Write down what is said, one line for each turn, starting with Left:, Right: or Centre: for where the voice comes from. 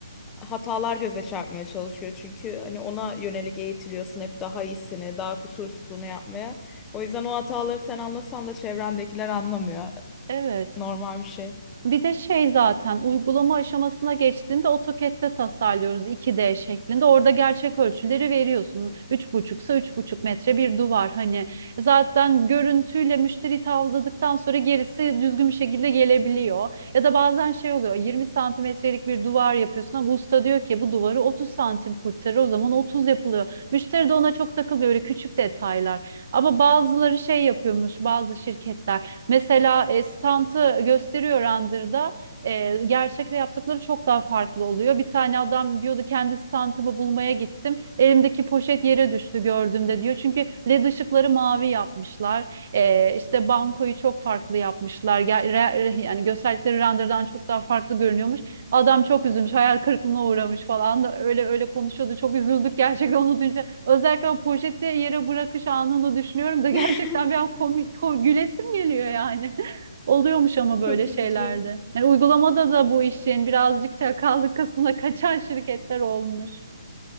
Left: hatalar göze çarpmaya çalışıyor. Çünkü hani ona yönelik eğitiliyorsun hep daha iyisini, daha kusursuzunu yapmaya. O yüzden o hataları sen anlasan da çevrendekiler anlamıyor.
Right: Evet.
Left: Normal bir şey.
Right: Bir de şey zaten uygulama aşamasına geçtiğinde AutoCAD'de tasarlıyoruz iki d şeklinde. Orada gerçek ölçüleri veriyorsun. üç buçuksa üç buçuk metre bir duvar hani. Zaten görüntüyle müşteri tavladıktan sonra gerisi düzgün bir şekilde gelebiliyor. Ya da bazen şey oluyor 20 santimetrelik bir duvar yapıyorsun ama usta diyor ki bu duvarı 30 santim kurtarır o zaman 30 yapılıyor. Müşteri de ona çok takılıyor böyle küçük detaylar. Ama bazıları şey yapıyormuş bazı şirketler. Mesela e, stantı gösteriyor Randır'da. E, gerçekte yaptıkları çok daha farklı oluyor. Bir tane adam diyordu kendi stantımı bulmaya gittim. Elimdeki poşet yere düştü gördüğümde diyor. Çünkü led ışıkları mavi yapmışlar. E, işte bankoyu çok farklı yapmışlar. Ger- re- yani gösterdikleri renderdan çok daha farklı görünüyormuş. Adam çok üzülmüş, hayal kırıklığına uğramış falan da öyle öyle konuşuyordu. Çok üzüldük gerçekten onu duyunca. Özellikle o poşeti yere bırakış anını düşünüyorum da gerçekten
Left: <laughs>
Right: bir an komik, ko- gülesim geliyor yani. <laughs> Oluyormuş ama
Left: Çok
Right: böyle şeylerde.
Left: üzücü.
Right: Yani uygulamada da bu işin birazcık çakallık kısmına kaçan şirketler olmuş.